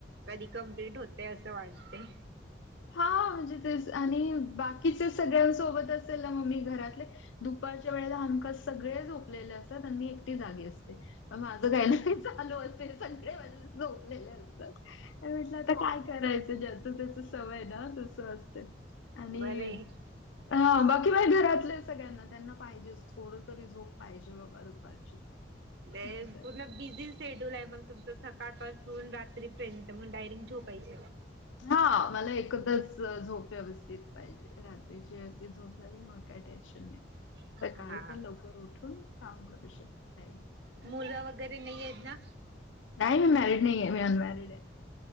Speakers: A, on the right (about 60°); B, on the left (about 80°).
A: कधी कंप्लीट होतंय असं वाटते.
B: हा म्हणजे तेच आणि बाकीचे सगळ्यांसोबत असेल ना मम्मी घरातले. दुपारच्या वेळेला हमखास सगळे झोपलेले असतात आणि मी एकटी जागी असते. माझं काही नाही चालू असते सगळे माझे झोपलेले असतात. म्हटलं आता काय करायचं? ज्याच त्याच सवय ना तस असते. आणि
A: बरं आहे
B: हा बाकी बाहे घरातले सगळ्यांना. त्यांना पाहिजेच. थोड तरी झोप पाहिजे बाबा दुपारची.
A: वेळेत
B: नाहीतर
A: पूर्ण बिझी. शेड्यूल आहे मग तुमचं सकाळपासून रात्रीपर्यंत मग डायरेक्ट झोपायच.
B: हा मला एकदच झोप व्यवस्थित पाहिजे. रात्रीची व्यवस्थित. झोप झाली मग काय टेन्शन नाही
A: हा
B: सकाळी पण लवकर उठून काम करू शकत काही.
A: मुलं वगैरे नाही आहेत ना?
B: नाही मी मॅरिड नाही आहे. मी अनमॅरिड आहे.